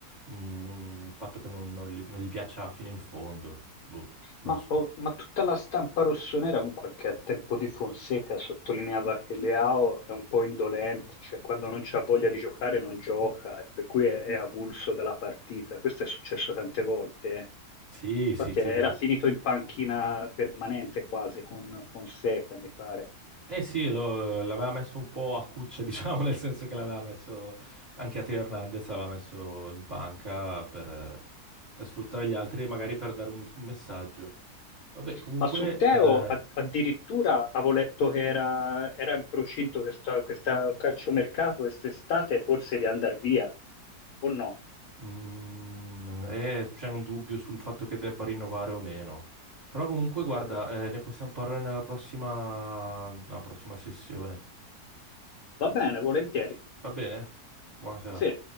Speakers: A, on the right; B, on the left.
A: un, un fatto che non, non gli, non gli piaccia fino in fondo, boh, non
B: Ma,
A: so.
B: oh, ma tutta la stampa rossonera, comunque, anche a tempo di Fonseca, sottolineava che Leao è un po' indolente, cioè quando non c'ha voglia di giocare non gioca, e per cui è, è avulso dalla partita. Questo è successo tante volte, eh.
A: Sì, sì,
B: Infatti
A: sì.
B: era finito in panchina permanente quasi con Fonseca, mi pare.
A: Eh sì, lo- l'aveva messo un po' a cuccia, <laughs> diciamo, nel senso che l'aveva messo anche a Teo Hernandez, l'aveva messo in panca per, per sfruttare gli altri e magari per dare un, un messaggio. Vabbè, comunque
B: Ma su Teo
A: eh,
B: a- addirittura avevo letto che era, era in procinto questa, questa calciomercato quest'estate forse di andare via, o no?
A: mm, eh, c'è un dubbio sul fatto che debba rinnovare o meno. Però comunque, guarda,
B: Ho cap-
A: eh, ne possiamo parlare nella prossima, nella prossima sessione.
B: Va bene, volentieri.
A: Va bene? Buona serata.
B: Sì.